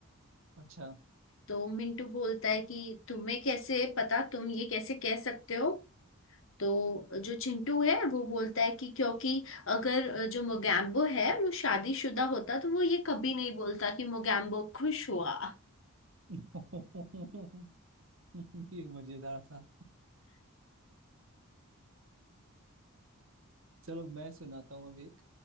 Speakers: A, on the right; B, on the left.
A: अच्छा
B: तो मिंटू बोलता है कि तुम्हें कैसे पता तुम ये कैसे कह सकते हो तो जो चिंटू है वो बोलता है कि क्योंकि अगर अ, जो मोगैम्बो है वो शादीशुदा होता तो वो ये कभी नहीं बोलता कि मोगैम्बो खुश हुआ
A: <laughs> ये मजेदार था चलो मैं सुनाता हूँ अब एक